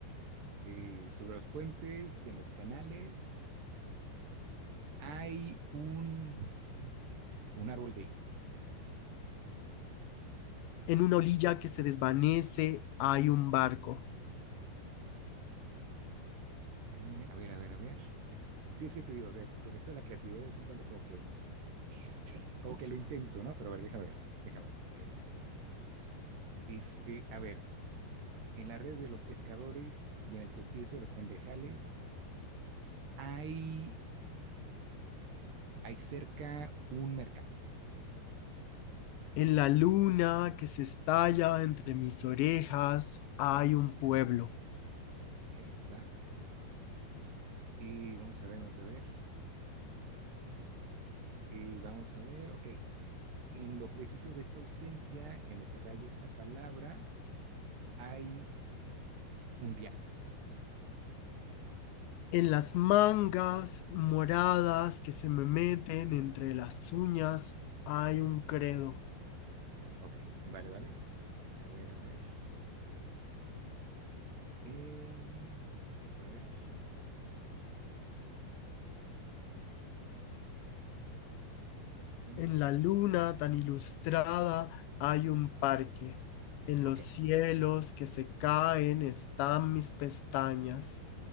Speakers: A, on the right; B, on the left.
A: Eh, sobre los puentes, en los canales, hay un, sí, un árbol de higo.
B: En una orilla que se desvanece, hay un barco.
A: Eh, a ver, a ver, a ver. Sí, es que te digo, o sea, en esto de la creatividad de vez en cuando como que, este, como que lo intento, ¿no? Pero a ver, déjame ver, déjame ver. ok. Este, a ver, en la red de los pescadores y en el tropiezo de los cangrejales hay, hay cerca un mercado.
B: En la luna que se estalla entre mis orejas, hay un pueblo.
A: Ok, va. Y vamos a ver, vamos a ver. y vamos a ver, ok. En lo preciso de esta ausencia, en lo que raya esa palabra, hay un diario.
B: en las mangas moradas que se me meten entre las uñas hay un credo.
A: Ok, vale, vale. A ver, a ver. eh, vamos a ver. ¿qué?
B: En la luna tan ilustrada hay un parque. En
A: Ok,
B: los cielos que se caen están mis pestañas.